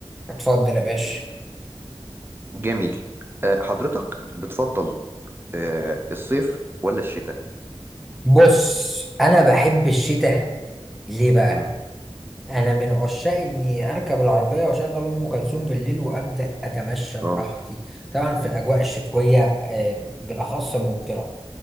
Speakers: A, in the centre; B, on the right (about 20°).
A: اتفضل يا باشا
B: جميل آه، حضرتك بتفضل آه، الصيف ولا الشتاء
A: بص انا بحب الشتاء ليه بقى
B: امم
A: انا من عشاق اني اركب العربيه واشغل ام كلثوم بالليل وابدا اتمشى براحتي
B: اه
A: طبعا في الاجواء الشتويه آه، بالاخص ممطره